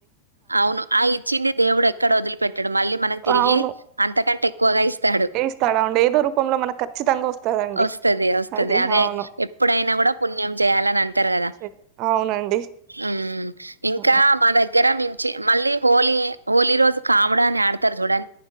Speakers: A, on the right; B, on the right.
A: అవును ఆ ఇచ్చింది దేవుడు ఎక్కడ వదిలి పెట్టాడు మళ్ళీ మనకి తిరిగి
B: అవును
A: అంతకంటే ఎక్కువగా ఇస్తాడు
B: ఇస్తాడా అండి ఏదో రూపంలో మనకు ఖచ్చితంగా వస్తదండి
A: వస్తది వస్తది
B: అది
A: అదే
B: అవును
A: ఎప్పుడైనా కూడా పుణ్యం చేయాలని అంటారు కదా
B: చె అవునండి
A: ఉమ్మ్ ఇంకా
B: ఆ
A: మా దగ్గర గమించి మళ్ళీ హోలీ హోలీ రోజు కాబడి అని ఆడతారు చూడం